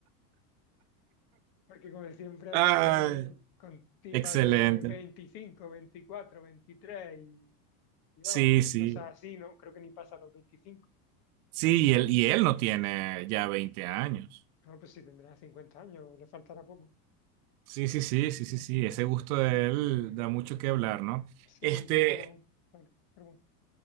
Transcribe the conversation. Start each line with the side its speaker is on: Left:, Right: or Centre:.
Left: porque como siempre anda
Right: Ay,
Left: con, con tipas
Right: excelente.
Left: de veinticinco veinticuatro 23 y, y no,
Right: Sí,
Left: y
Right: sí.
Left: cosas así, ¿no? Creo que ni pasa los veinticinco
Right: Sí, y él, y él no tiene ya 20 años.
Left: No, pues si tendrá 50 años, le faltará poco.
Right: Sí, sí, sí, sí, sí, sí, ese gusto de él da mucho que hablar, ¿no?
Left: Sí,
Right: Este,
Left: un poco, claro, pero bueno.